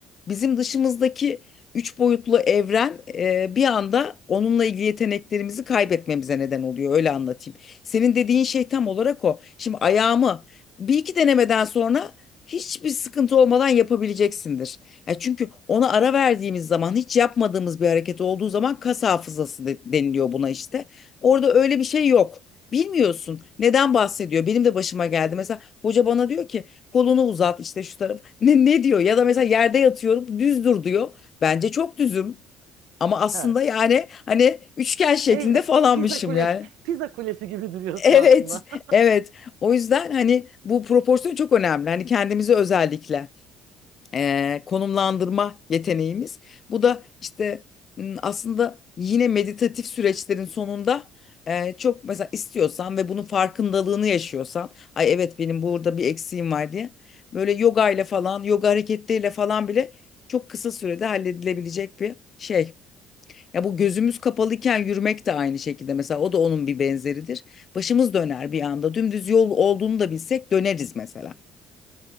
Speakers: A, on the left (about 45°); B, on the right (about 80°).
A: Bizim dışımızdaki üç boyutlu evren e, bir anda onunla ilgili yeteneklerimizi kaybetmemize neden oluyor. Öyle anlatayım. Senin dediğin şey tam olarak o. Şimdi ayağımı bir iki denemeden sonra hiçbir sıkıntı olmadan yapabileceksindir. Ya çünkü ona ara verdiğimiz zaman hiç yapmadığımız bir hareket olduğu zaman kas hafızası de- deniliyor buna işte. Orada öyle bir şey yok. Bilmiyorsun neden bahsediyor. Benim de başıma geldi. Mesela Hoca bana diyor ki Kolunu uzat işte şu taraf. Ne, ne diyor? Ya da mesela yerde yatıyorum düz dur diyor. Bence çok düzüm. Ama aslında
B: Ha.
A: yani hani üçgen şeklinde
B: Ev,
A: falanmışım
B: pizza kulesi,
A: yani. <laughs>
B: pizza kulesi gibi duruyorsun
A: Evet,
B: aslında. <laughs>
A: evet. O yüzden hani bu proporsiyon çok önemli. Hani kendimize özellikle eee, konumlandırma yeteneğimiz. Bu da işte m, aslında yine meditatif süreçlerin sonunda eee, çok mesela istiyorsan ve bunun farkındalığını yaşıyorsan, ay evet benim burada bir eksiğim var diye böyle yoga ile falan, yoga hareketleriyle falan bile çok kısa sürede halledilebilecek bir şey. Ya bu gözümüz kapalıyken yürümek de aynı şekilde mesela o da onun bir benzeridir. Başımız döner bir anda. Dümdüz yol olduğunu da bilsek döneriz mesela.